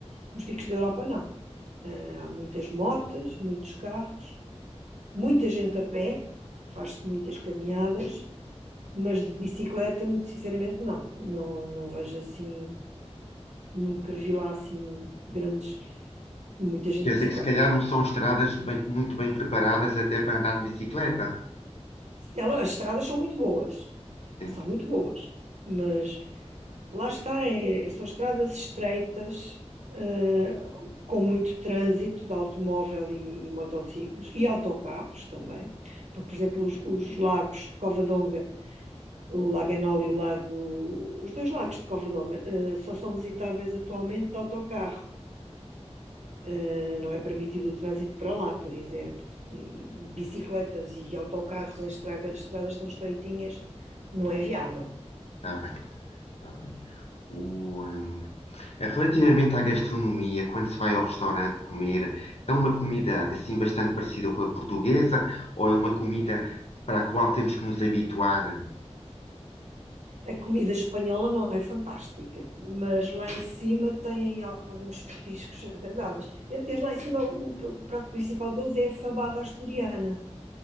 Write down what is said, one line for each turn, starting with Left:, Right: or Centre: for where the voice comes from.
Right: Nos picos da Europa não. Eh, há muitas motas, muitos carros, muita gente a pé, faz-se muitas caminhadas, mas de bicicleta, muito sinceramente, não. Não, não vejo assim, nunca vi lá assim grandes, muita gente
Left: Quer
Right: de
Left: dizer
Right: bicicleta.
Left: que se calhar não são estradas bem- muito bem preparadas até para andar de bicicleta.
Right: Ela, as estradas são muito boas,
Left: Sim,
Right: são muito boas, mas lá está, é- são estradas estreitas, eh, com muito trânsito de automóvel e, e motociclos e autocarros também. Porque, por exemplo, os, os lagos de Covadonga, o Lago Enol e o Lago, os dois lagos de Covadonga, eh, só são visitáveis atualmente de autocarro. Uh, não é permitido o trânsito para lá, por exemplo. E bicicletas e autocarros em estraga- estradas tão estreitinhas não é viável.
Left: está bem, está bem. O, hum, eh, relativamente à gastronomia, quando se vai ao restaurante comer, é uma comida assim bastante parecida com a portuguesa ou é uma comida para a qual temos que nos habituar?
Right: A comida espanhola não é fantástica, mas lá em cima têm alguns petiscos agradáveis. Eles lá em cima, o, o prato principal deles é a fabada asturiana.